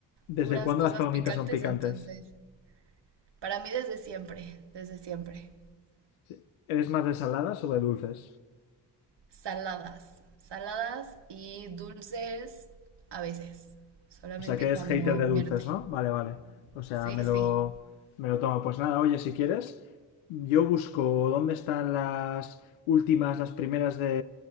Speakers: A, on the left (about 80°); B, on the right (about 60°).
A: ¿Desde
B: puras
A: cuándo
B: cosas
A: las palomitas
B: picantes,
A: son picantes?
B: entonces... Para mí desde siempre, desde siempre.
A: Sí. ¿Eres más de saladas o de dulces?
B: Saladas, saladas y dulces a veces, solamente
A: O sea, que eres
B: cuando
A: hater de
B: mierte.
A: dulces, ¿no? Vale, vale. O sea,
B: Sí,
A: me
B: sí.
A: lo, me lo tomo. Pues nada, oye, si quieres, yo busco dónde están las últimas, las primeras de,